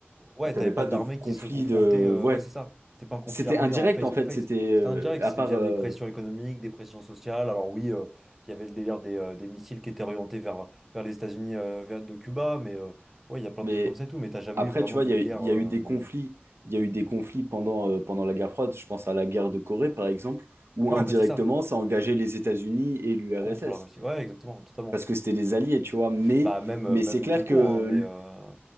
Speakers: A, in the centre; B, on the right.
A: Ouais,
B: où t'avais
A: t'avais pas
B: pas
A: d'armée
B: de
A: qui
B: conflit
A: se confrontait.
B: de.
A: euh,
B: Ouais.
A: ouais, c'est ça. C'était pas un conflit
B: C'était
A: armé
B: indirect
A: en face-to-face.
B: en fait. C'était euh,
A: C'était indirect,
B: à
A: c'est
B: part.
A: via
B: euh,
A: des pressions économiques, des pressions sociales. Alors oui, euh, il y avait le délire des, euh, des missiles qui étaient orientés vers, vers les États-Unis, euh, vers de Cuba, mais euh, ouais, il y a plein
B: mais
A: de trucs comme ça et tout, mais t'as jamais
B: après,
A: eu vraiment
B: tu vois,
A: de
B: il y
A: guerre.
B: a, il y
A: euh,
B: a eu des conflits. Il y a eu des conflits pendant, euh, pendant la guerre froide. Je pense à la guerre de Corée, par exemple, où
A: Ouais,
B: indirectement,
A: en fait, c'est ça,
B: ça engageait les États-Unis et l'URSS.
A: contre la Russie. Ouais, exactement, totalement.
B: Parce que c'était des alliés, tu vois. Mais,
A: Bah même, euh,
B: mais
A: même
B: c'est clair
A: tout con,
B: que.
A: hein, mais euh,